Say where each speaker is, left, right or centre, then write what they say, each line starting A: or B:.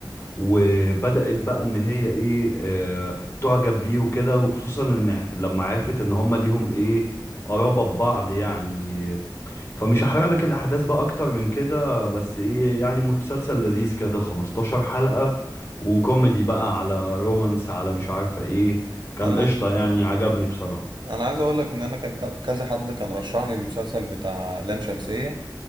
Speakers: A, on the left; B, on the right.
A: وبدأت بقى ان هي ايه آه تعجب بيه وكده وخصوصا ان لما عرفت ان هما ليهم ايه قرابة ببعض يعني فمش هحرق لك الاحداث بقى اكتر من كده بس ايه يعني مسلسل لذيذ كده 15 حلقة وكوميدي بقى على رومانس على مش عارفة ايه كان
B: انا
A: قشطة يعني عجبني بصراحة
B: انا عايز اقول لك ان انا كان ك- كذا حد كان رشح لي المسلسل بتاع لام شمسية